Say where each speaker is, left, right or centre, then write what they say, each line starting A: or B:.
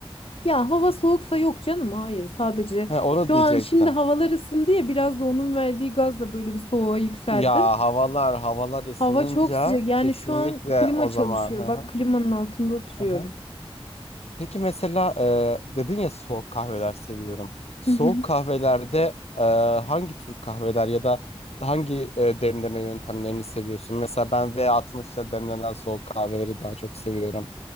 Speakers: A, on the left; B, on the left.
A: Ya hava soğuksa yok canım hayır sadece
B: He, onu
A: şu
B: diyecektim.
A: an şimdi havalar ısındı ya biraz da onun verdiği gazla böyle bir soğuğa yükseldim.
B: Ya havalar havalar ısınınca
A: Hava çok sıcak. Yani
B: kesinlikle
A: şu an klima
B: o
A: çalışıyor.
B: zaman. Hı
A: Bak
B: hı,
A: klimanın altında oturuyorum.
B: hı hı. Peki mesela e, dedin ya soğuk kahveler seviyorum. Soğuk
A: Hı hı.
B: kahvelerde e, hangi tür kahveler ya da hangi e, demleme yöntemlerini seviyorsun? Mesela ben V60'da demlenen soğuk kahveleri daha çok seviyorum